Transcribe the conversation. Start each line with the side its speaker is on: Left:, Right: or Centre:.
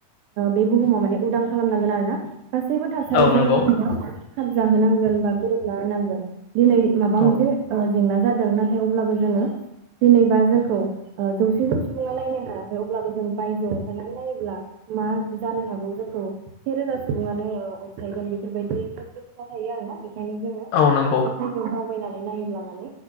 Right: बे बुहुमाव माने उदां खालामनांगोन आरो ना। गासैबो थासारिजों
Left: औ नंगौ
Right: जोङो खाब जाहोनांगोन बा गोरोबना होनांगोन दिनै माबा
Left: औ
Right: मोनसे ओ जेंना जादों नाथाय अब्लाबो जोङो जेनेबा जोंखौ ओ जौसेनि सुबुङा नायनो हायाखै अब्लाबो जों बायजोआव ओंखारनानै नायोब्ला मा जानो हागौ जोंखौ से रोजा सुबुङानो ओ अनसायगोन बेफोरबायदि खायसे खोथा थायो आरोना बेखायनो जोङो खायसे
Left: औ नंगौ
Right: दावबायनानै नायोब्ला माने